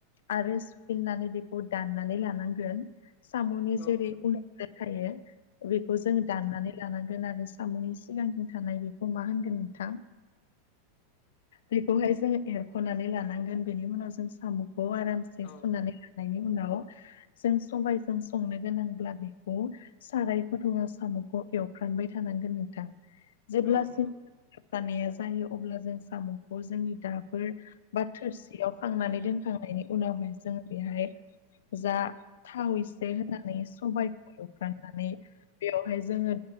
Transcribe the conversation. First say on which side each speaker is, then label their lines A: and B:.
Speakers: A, on the left; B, on the left.
A: आरो सुफिननानै बेखौ दाननानै लानांगोन साम'नि
B: औ
A: जेरै उन थायो बेखौ जोङो दाननानै लानांगोन आरो साम'नि सिगांनि थानाय बेखौ। खौ मा होनगोन नोंथां? बेखौहाय जों एरख'नानै लानांगोन बेनि उनाव जों साम'खौ आराम
B: औ
A: सुनानै लानायनि उनाव जों सबायजों संनो गोनांब्ला बेखौ साराय गुदुंआव साम'खौ एवफ्रानबाय थानांगोन नोंथां जेब्ला
B: औ नंगौ
A: एवफ्रामनाया जायो अब्ला जों साम'खौ जोंनि दाबोर बा थोरसियाव खांनानै दोनखांनायनि उनावहाय जों बेहाय जा थाव इसे होनानै सबायखौ एवफ्राननानै बेयावहाय जोङो